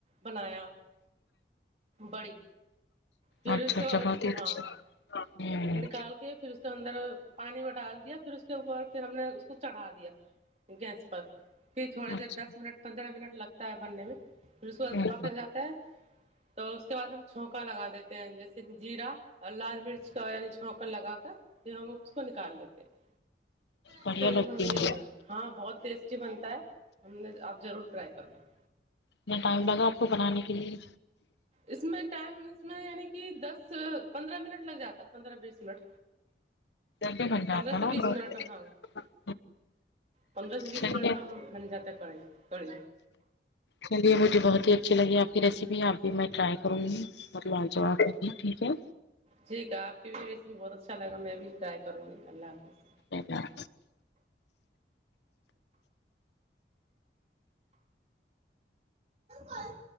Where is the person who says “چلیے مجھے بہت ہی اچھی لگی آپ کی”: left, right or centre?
Left